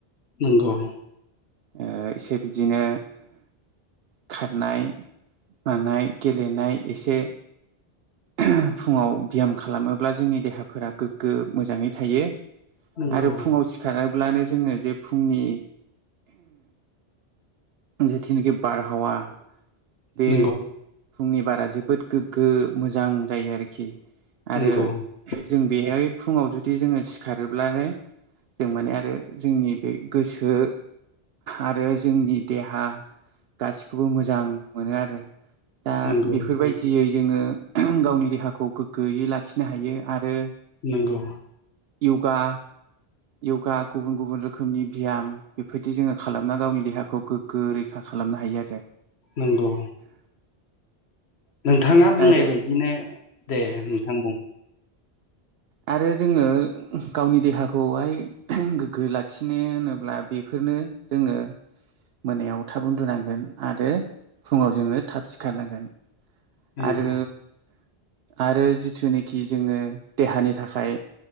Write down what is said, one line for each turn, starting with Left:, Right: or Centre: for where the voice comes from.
Left: नंगौ
Right: ओ एसे बिदिनो खारनाय मानाय गेलेनाय एसे। <unintelligible> फुङाव ब्याम खालामोब्ला जोंनि देहाफोरा गोग। मोजाङै थायो
Left: नंगौ
Right: आरो फुङाव सिखाराब्लानो जोङो जे फुंनि जिथुनाखि बारहावा बे
Left: नंगौ
Right: फुंनि बारा जोबोद गोग्गो मोजां जायो आरोखि आरो
Left: नंगौ
Right: जों बेहाय फुङाव जुदि जोङो सिखारोब्लानो जों माने आरो जोंनि बे गोसो आरो जोंनि देहा गासिखौबो मोजां मोनो आरो दा
Left: नंगौ
Right: बेफोरबायदियै जोङो गावनि देहाखौ ग्गो गोयै लाखिनो हायो आरो
Left: नंगौ
Right: यगा यगा गुबुन गुबुन रोखोमनि बियाम बेफोरदि जोङो खालामना गावनि देहाखौ गोग्गो रैखा खालामनो हायो आ
Left: नंगौ नोंथाङा बुंनाय
Right: आरो
Left: बायदिनो दे नोंथां बुं
Right: आरो जोङो गावनि देहाखौहाय गोग्गो लाखिनो होनोब्ला बेफोर बेनो जोङो मोनायाव थाब उन्दुनांगोन आरो फुङाव जोङो थाब सिखारनांगोन
Left: नंगौ
Right: आरो आरो जिथुनेखि जोङो देहानि थाखाय